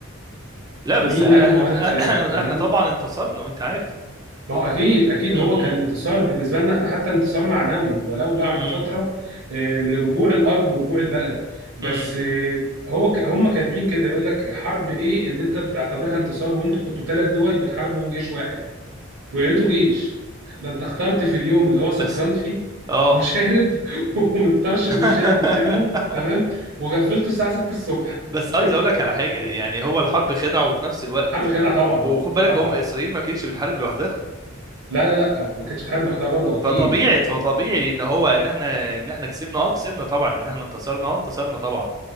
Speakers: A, on the right; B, on the right.
A: لا بس
B: مين
A: احنا
B: يعمل معاهده سلام؟
A: احنا
B: فاهمني؟
A: احنا طبعا انتصرنا وانت عارف
B: ما هو اكيد اكيد
A: امم
B: هو كان انتصار بالنسبه لنا احنا حتى انتصار معنوي ولو بعد
A: امم
B: فتره إيه، لرجوع الارض ورجوع البلد بس
A: امم
B: إيه، هو ك- هم كاتبين كده يقول لك حرب ايه اللي انت بتعتبرها انتصار وانتوا كنتوا ثلاث دول بتحاربوا جيش واحد ويا ريته جيش ده انت اخترت في اليوم اللي هو سكران
A: بس
B: فيه
A: اه
B: وشارب <laughs> ومتطرشم
A: <laughs>
B: مش شايف قدامه تمام وغفلته الساعه 6 الصبح
A: بس عايز اقول لك على حاجه
B: <laughs>
A: يعني هو الحرب خدعه وفي نفس الوقت
B: حرب خدعه طبعا
A: وخد بالك
B: طبعا
A: هم اسرائيل ما كانتش بتحارب لوحدها
B: لا لا لا ما كانتش بحارب لوحدها برضه اكيد
A: فطبيعي فطبيعي ان هو ان احنا ان احنا كسبنا اه كسبنا طبعا ان احنا انتصرنا اه انتصرنا طبعا